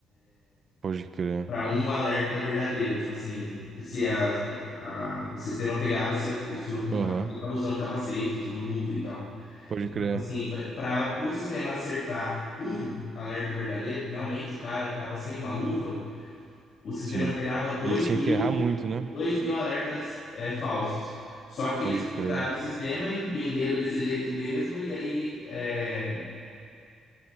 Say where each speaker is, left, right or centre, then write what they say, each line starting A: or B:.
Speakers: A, on the right; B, on the left.
A: Pode crer.
B: para um alerta verdadeiro, tipo assim, se a, a- o sistema pegava se a, o- se a pessoa
A: Aham.
B: estava usando capacete, usando luva e tal.
A: Pode
B: Então,
A: crer.
B: tipo assim, para o sistema acertar um alerta verdadeiro, que realmente o cara estava sem uma luva, o sistema
A: Sim.
B: gerava dois
A: Ele tinha
B: mil,
A: que errar muito, né?
B: dois mil alertas é, falsos. Só que eles
A: Pode
B: projetaram
A: crer.
B: o sistema e venderam desse jeito mesmo, e aí é,